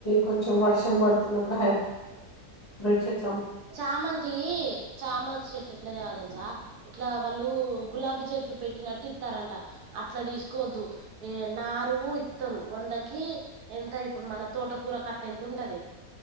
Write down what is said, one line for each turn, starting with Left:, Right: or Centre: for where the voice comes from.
Left: కొంచెం వర్షం పడుతున్నప్పుడు హైబ్రీడ్ చెట్టు
Right: చామంతీ చామంతి చెట్లు ఎట్ల చెయాలి తెలుసా ఇట్లా వాళ్ళు గులాబీ చెట్లు పెట్టినట్టు ఇత్తరంట అట్లా తీసుకోవద్దు ఏ నారు ఇత్తరు వందకి ఎంత ఇప్పుడు మన తోటకూర కట్ట ఎంత ఉంటది